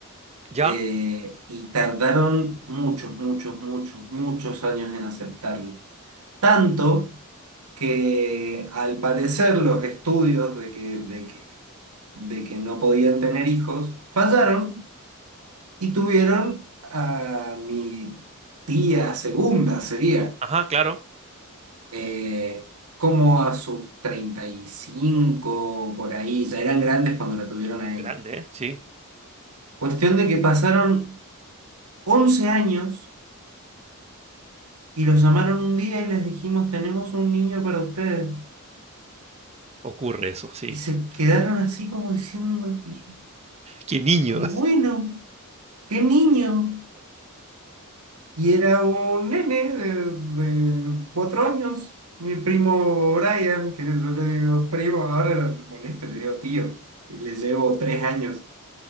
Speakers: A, on the right; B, on the right.
A: ya,
B: eh, y tardaron muchos, muchos, muchos, muchos años en aceptarlo. Tanto que al parecer los estudios de que, de que, de que no podían tener hijos fallaron y tuvieron a mi tía segunda, sería,
A: ajá, claro.
B: eh, como a sus 35 por ahí, ya eran grandes cuando la tuvieron a
A: Grande,
B: ella.
A: ¿eh? Sí,
B: Cuestión de que pasaron once años Y los llamaron un día y les dijimos, tenemos un niño para ustedes.
A: ocurre eso, sí.
B: Y se quedaron así como diciendo, y,
A: Qué niño,
B: y bueno, ¿qué niño? Y era un nene de, de cuatro años, mi primo Brian, que yo le digo, primo, ahora lo, lo molesto, le digo, tío, y le llevo tres años,